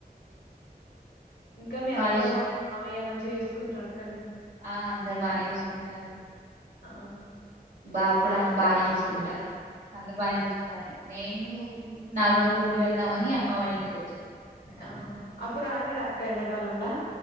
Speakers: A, on the left; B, on the right.
A: ఇంకా మీ అత్తమ్మ
B: కాలేజ్
A: మీ మామయ్య మంచిగా చూసుకుంటార, అక్క నిన్ను
B: ఆ అందరు బానే చూసుకుంటారు.
A: ఆహా
B: బావ కూడా బానే చూసుకుంటారు. అందరు బానే చూసుకుంటారు నేను నాలుగు రోజులు ఉండి, వెళ్దామని అమ్మ వాళ్ళ ఇంటికి వచ్చి,
A: ఆహా అప్పుడు రాలేదు అక్క ఎండా కాలంలా